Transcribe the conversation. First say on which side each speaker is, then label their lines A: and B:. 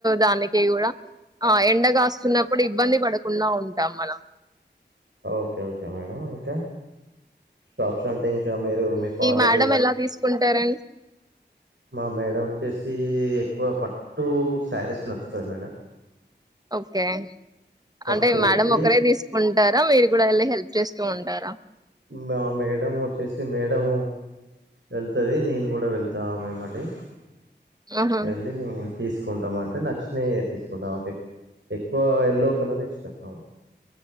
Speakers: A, on the right (about 20°); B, on the right (about 80°).
A: దానికి కూడా ఆ ఎండగాస్తున్నప్పుడు ఇబ్బంది పడకుండా ఉంటాం మనం.
B: ఓకే ఓకే మేడం ఇంకా షాప్స్ అంటే ఇం ఇంకా మీరు మీ ఫాదర్
A: మేడం ఎలా తీసుకుంటారండి
B: మా మేడం వచ్చేసి క్కువ పట్టు శారీస్ నచ్చుతది మేడం
A: ఓకే
B: పట్టు
A: అంటే మేడం
B: ఒకటి
A: ఒక్కరే తీసుకుంటారా మీరు కూడా వెళ్ళి హెలే హెల్ప్ చెస్ సో ఉంటారా
B: మా మేడం వచ్చేసి మేడం వెళ్తది. నేను కూడా వెళ్తా ఆమెమ్మటే
A: ఆహా
B: వెళ్ళి నేన్ తీసుకుంటామని అంటే నచ్చినవే తీసుకుంటాం ట్ ఎక్కువ ఎల్లో కలర్ ఇష్టం ఆమెకు